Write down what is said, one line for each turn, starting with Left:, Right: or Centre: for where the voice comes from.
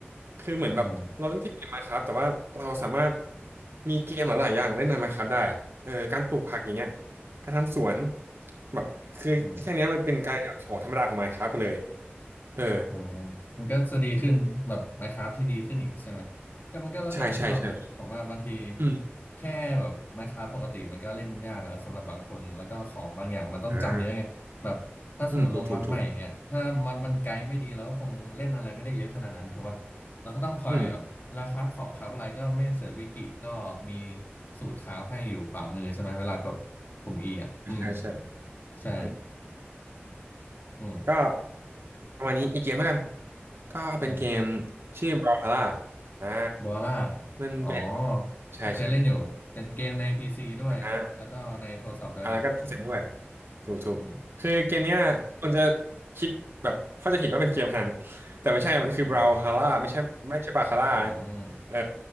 Right: คือเหมือนแบบเราเล่นแค่เกม
Left: อืม
Right: Minecraft แต่ว่าเราสามารถมีเกมหลายๆอย่างเล่นใน Minecraft ได้อะเออการปลูกผักอย่างเงี้ยการทำสวนแบบคือแค่เนี้ยมันเป็นการแบบของธรรมดาของ
Left: อืม
Right: Minecraft ไปเลยเออ
Left: อ๋อมันก็จะดีขึ้นแบบ Minecraft ที่ดีขึ้นอีกใช่ไหมก็มันก็แล้วแต่คนชอบนะผมว่าบางที
Right: ใช่ใช่ใช่อืม
Left: แค่แบบ Minecraft ปกติมันก็เล่นยากแล้วสำหรับบางคนแล้วก็ของบางอย่างมันต้องจำเยอะไงแบบถ้าสมมติลงม็อดใหม่อย่างเงี้ยถ้าม็อดมันไกด์ไม่ดีเราก็คงเล่นอะไรไม่ได้เยอะขนาดนั้นถูกป่ะเราก็ต้องคอยแบบเวลาคราฟของคราฟอะไรก็ไม่เสิร์ชวิกิก็มี
Right: อ่าอืมถูกถูกถูกอืม
Left: สูตรคราฟให้อยู่ขวามือใช่ไหมเวลากดปุ่ม E อ่ะอืม
Right: ใช่ใช่
Left: ใช่
Right: อืม
Left: อืม
Right: ก็ประมาณนี้อีกเกมแล้วกันก็เป็นเกม
Left: อืม
Right: ชื่อ Brawlhalla อ่า
Left: บัวล่า
Right: มันเป็น
Left: อ๋อ
Right: ใช่ใช่
Left: ผมเคยเล่นอยู่ เป็นเกมในพีซีด้วย
Right: อ่า
Left: แล้วก็ในโทรศัพท์ด้วยเนาะ
Right: อ่าแล้วก็โทรศัพท์ด้วยถูกถูกคือเกมเนี้ยคนจะ
Left: อืม
Right: คิดแบบเข้าใจผิดว่าเป็นเกมพนัน แต่ไม่ใช่มันคือบราวฮาร่าไม่ใช่ไม่ใช่บาคาร่านะ
Left: อืมอืม
Right: เออ